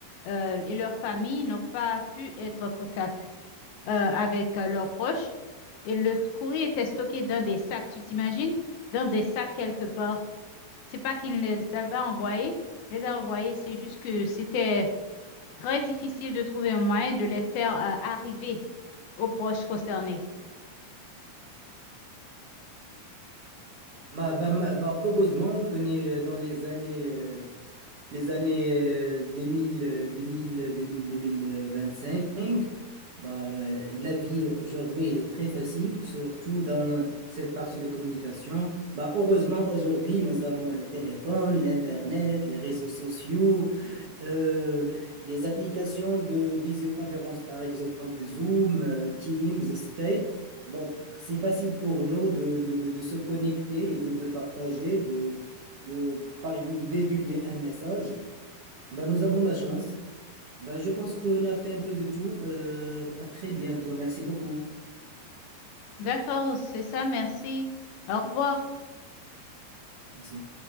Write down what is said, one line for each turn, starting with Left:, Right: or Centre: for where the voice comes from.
Left: euh, et leurs familles n'ont pas pu être contactés euh, avec euh, leurs proches. Et le courrier était stocké dans des sacs, tu t'imagines? Dans des sacs quelque part. C'est pas qu'ils ne les avaient pas envoyés, ils les a envoyés, c'est juste que c'était très difficile de trouver un moyen de les faire euh, arriver aux proches concernés.
Right: Bah, bah, ma- bah, heureusement qu'on est dans les années, euh, les années euh, 2000, euh, 2000, 2000, 2025. Bah, la, la vie euh, aujourd'hui, elle est très facile, surtout dans cette partie de communication. Bah, heureusement, aujourd'hui, nous avons le téléphone, l'Internet, les réseaux sociaux. Euh, les applications de visioconférence, par exemple Zoom, euh, Teams, Skype. Donc, c'est facile pour nous de, de, de, de se connecter, de, de partager, de, de, par exemple, de divulguer un message. Ben, nous avons la chance. Ben, je pense qu'on a fait un peu de tout. Euh, à très bientôt. Merci beaucoup.
Left: D'accord, c'est ça, merci. Au revoir.
Right: Merci.